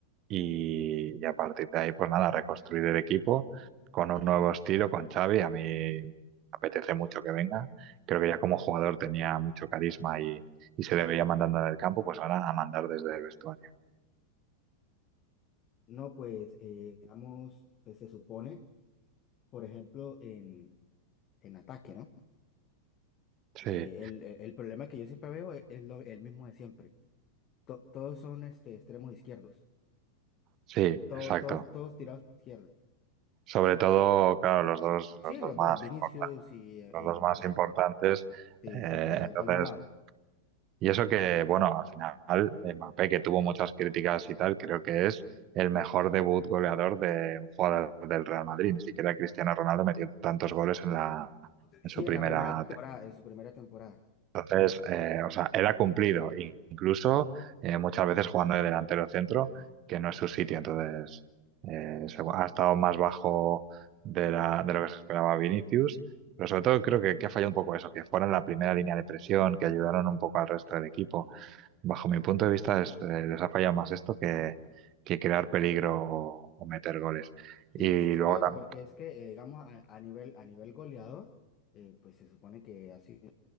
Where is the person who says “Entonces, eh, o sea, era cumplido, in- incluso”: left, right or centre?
Right